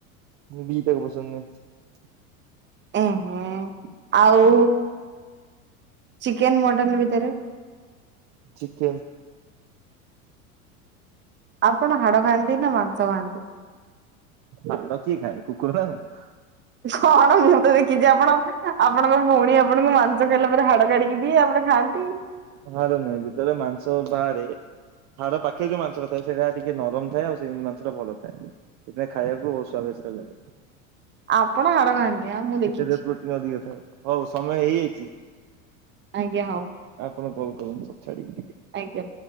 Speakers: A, on the right (about 45°); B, on the right (about 25°).
A: ଦି ଟାକ ପସନ୍ଦ ନୁହେଁ।
B: ଉ ହୁଁ ଆଉ ଚିକେନ ମଟନ ଭିତରେ?
A: ଚିକେନ୍।
B: ଆପଣ ହାଡ ଖାଆନ୍ତି ନା ମାଂସ ଖାଆନ୍ତି?
A: ହାଡ଼ କିଏ ଖାଏ କୁକୁର ନା କଣ?
B: କଣ ମୁଁ ତୁ ଦେଖିଛି ଆପଣ ଆପଣଙ୍କ ଭଉଣୀ ଆପ ଆପଣଙ୍କୁ ମାଂସ ଖାଇଲା ପରେ ହାଡ କାଡିକି ଦିଏ ଆପଣ ଖାଆନ୍ତି।
A: ହାଡ଼ ନାହିଁ ଯେତେବେଳେ ମାଂସ ବାହାରେ ହାଡ଼ ପାଖେ ଯୋଉ ମାଂସଟା ଥାଏ ସେଇଟା ଟିକେ ନରମ ଥାଏ ଆଉ ସେଇ ମାଂସଟା ଭଲ ଥାଏ। ସେଟା ଖାଇବାକୁ ବହୁତ ସ୍ଵାଦିଷ୍ଟ ଲାଗେ।
B: ଆପଣ ହାଡ ଖାଆନ୍ତି ଆଉ ମୁଁ ଦେଖିଛି
A: ସେଥିରେ ପ୍ରୋଟିନ ଅଧିକ ଥାଏ ହଉ ସମୟ ହେଇଯାଇଚି
B: ଆଜ୍ଞା ହଉ।
A: ଆପଣ କଲ କରନ୍ତୁ ଛାଡ଼ିକି ଟି
B: ଆଜ୍ଞା।